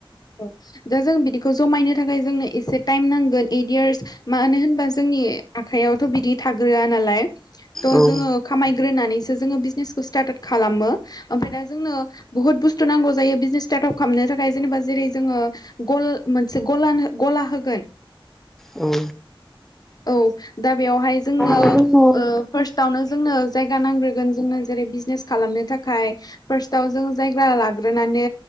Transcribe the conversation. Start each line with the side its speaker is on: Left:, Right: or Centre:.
Left: औ दा जों बिदिखौ जमायनो थाखाय जोंनो एसे टाइम नांगोन ओइट इयार्स मानो होनबा जोंनि आखायावथ' बिदि थाग्रोआ नालाय थ'
Centre: औ
Left: जोङो खामायग्रोनानैसो जोङो बिजनेसखौ स्टार्ट खालामो ओमफ्राय दा जोंनो बुहुत बुस्थु नांगौ जायो बिजनेस स्टार्ट आप खालामनो थाखाय जेनेबा जेरै जोङो गल मोनसे गलानो गला होगोन
Centre: औ
Left: औ दा बेवहाय जोंनो
Centre: नंगौ
Left: फार्स्टावनो जोंनो जायगा नांग्रोगोन जोंनो जेरै बिजनेस खालामनो थाखाय फार्स्टआव जों जायगा लाग्रोनानै